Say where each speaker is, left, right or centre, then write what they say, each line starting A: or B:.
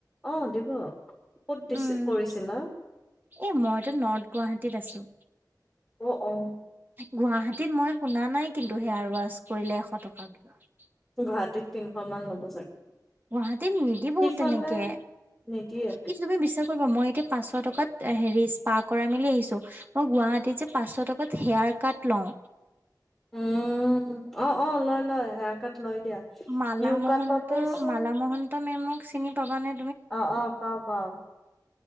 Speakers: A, in the centre; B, on the right.
A: অ' দিব। ক'ত দিছে
B: উম।
A: কৰিছিলা
B: এ মই তাত নৰ্থ গুৱাহাটীত আছো।
A: অ' অ'।
B: গুৱাহাটীত মই শুনা নাই কিন্তু, হেয়াৰৱাছ কৰিলে এশ টকা বুলি।
A: গুৱাহাটীত তিনশমান ল'ব চাগে।
B: গুৱাহাটীত নিদিবও
A: সিফালে
B: তেনেকে,
A: নিদিয়ে
B: ই তুমি বিশ্বাস কৰিবা মই এতিয়া। পাঁচশ টকাত হেৰি স্পা কৰাই মেলি আহিছোঁ। মই গুৱাহাটীত যে পাঁচশ টকাত হেয়াৰ কাট লওঁ।
A: উম, অ' অ' লয় লয়। হেয়াৰ কাট লয় দিয়া।
B: মালা
A: ইউ
B: মহন্ত,
A: কাটতে চোন
B: মালা মহন্ত মেমক চিনি পাবা নে?
A: অ' অ' পাওঁ পাওঁ।